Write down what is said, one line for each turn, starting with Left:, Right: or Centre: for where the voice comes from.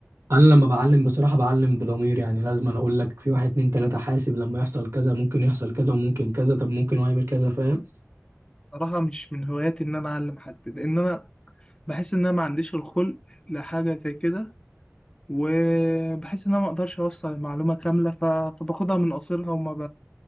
Right: انا لما بعلم بصراحه بعلم بضمير يعني لازم أنا اقول لك في واحد اتنين تلاته حاسب لما يحصل كذا ممكن يحصل كذا وممكن كذا طب ممكن هو يعمل كذا فاهم
Left: صراحة مش من هواياتي إن أنا أعلم حد لأن أنا بحس إن أنا ما عنديش الخلق لحاجة زي كده وبحس إن أنا ما أقدرش أوصل المعلومة كاملة ف... فباخدها من قصيرها وما ب...